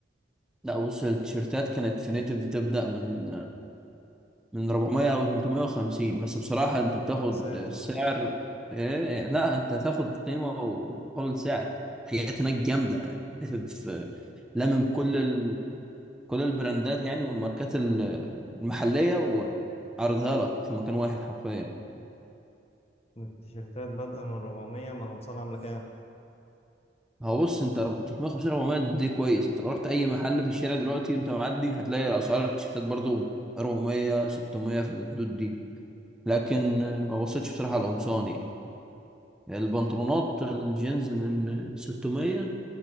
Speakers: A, in the centre; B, on the left (about 35°).
A: لا بص التيشيرتات كانت في نيتيف بتبدأ من من 400 او 350 بس بصراحة انت بتاخد
B: يا ساتر
A: سعر ايه يعني لا انت هتاخد قيمة ومقابل سعر حاجات هناك جامدة يعني نتف- في- لمم كل ال... كل البراندات يعني والماركات ال- المحلية وعرضها لك في مكان واحد حرفيا
B: التيشيرتات بادئة من 400 ما الأمصار عاملة كام
A: هو بص انت رب- 350 400 دي كويس انت لو رحت اي محل في الشارع دلوقتي وانت معدي هتلاقي اسعار التيشيرتات برضو 400 600 في الحدود دي لكن آه، ما بصيتش بصراحة على القمصان يعني البنطلونات الجينز من 600